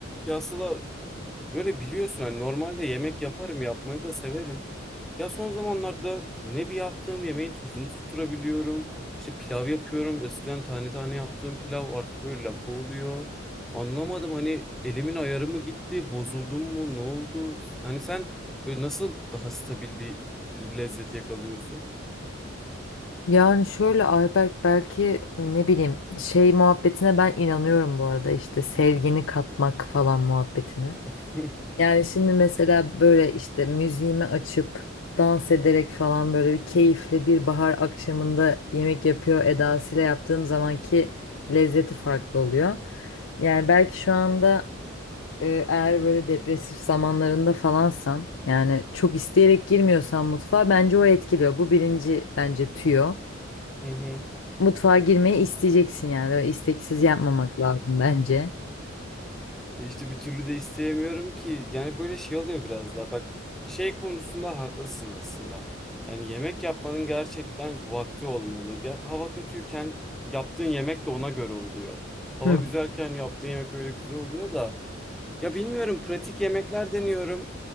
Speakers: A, in the centre; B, on the left.
A: Ya Sıla böyle biliyorsun hani normalde yemek yaparım yapmayı da severim. Ya son zamanlarda ne bir yaptığım yemeğin tuzunu tutturabiliyorum. İşte pilav yapıyorum. Eskiden tane tane yaptığım pilav artık böyle lapa oluyor. Anlamadım hani elimin ayarı mı gitti, bozuldum mu, ne oldu? Hani sen böyle nasıl daha stabil bir lezzet yakalıyorsun?
B: Yani şöyle Ayberk belki ne bileyim şey muhabbetine ben inanıyorum bu arada işte sevgini katmak falan muhabbetine.
A: <laughs>
B: Yani şimdi mesela böyle işte müziğimi açıp dans ederek falan böyle bir keyifli bir bahar akşamında yemek yapıyor edasıyla yaptığım zamanki lezzeti farklı oluyor. Yani belki şu anda e, eğer böyle depresif zamanlarında falansan yani çok isteyerek girmiyorsan mutfağa bence o etkiliyor. Bu birinci bence tüyo.
A: Hı hı.
B: Mutfağa girmeyi isteyeceksin yani. Böyle isteksiz yapmamak lazım bence.
A: Ya İşte bir türlü de isteyemiyorum ki. Yani böyle şey oluyor biraz daha. Bak şey konusunda haklısın aslında. Yani yemek yapmanın gerçekten vakti olmalı. Ger- Hava kötüyken yaptığın yemek de ona göre oluyor. Hava
B: Hı.
A: güzelken yaptığın yemek öyle güzel oluyor da. Ya bilmiyorum pratik yemekler deniyorum.